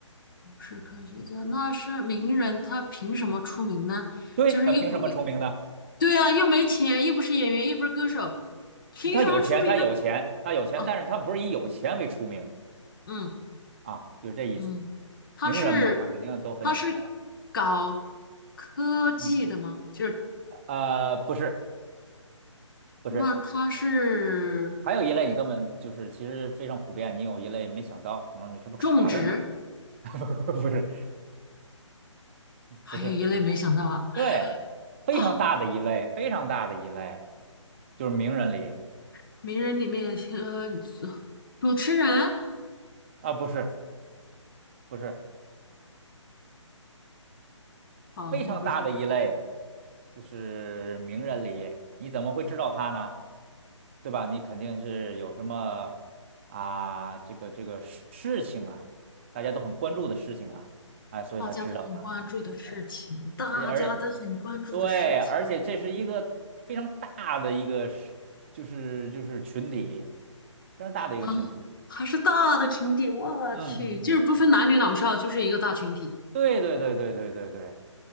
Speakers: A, on the left; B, on the right.
A: 不是科学家，那是名人，他凭什么出名呢？
B: 对，
A: 就是又不，
B: 他凭什么出名呢？
A: 对啊，又没钱，又不是演员，又不是歌手，凭什么出名呢？
B: 他有钱，他有钱，他有钱，
A: 啊，
B: 但是他不是以有钱为出名
A: 嗯
B: 啊，就是这意思。
A: 嗯，他是
B: 名人吧，他肯定都很有钱了。
A: 他是搞科技的吗？
B: 嗯，
A: 就是
B: 呃，不是，不是，
A: 那他是
B: 还有一类你根本就是其实非常普遍，你有一类没想到，可能你是不是卡在哪儿？
A: 种植，
B: <laughs> 不是，
A: 还有一类没想到啊
B: 不是，对，非常大的一类，
A: 啊，
B: 非常大的一类，就是名人里
A: <gasps> 名人里面呃，主持人
B: 啊，不是，不是，
A: 哦，
B: 非常大的一类，
A: 又不是。
B: 就是名人里，你怎么会知道他呢？对吧？你肯定是有什么啊，这个这个事情啊，大家都很关注的事情啊，哎，所以才知道他。
A: 大家都很关注的事情，
B: 哎，
A: 大家都很关注的事情
B: 而且而且对，而且这是一个非常大的一个是，就是就是群体，非常大的一个群体。
A: 啊，还是大的群体，我去，
B: 嗯嗯嗯，
A: 就是不分男女老少，就是一个大群体。
B: 对对对对对对对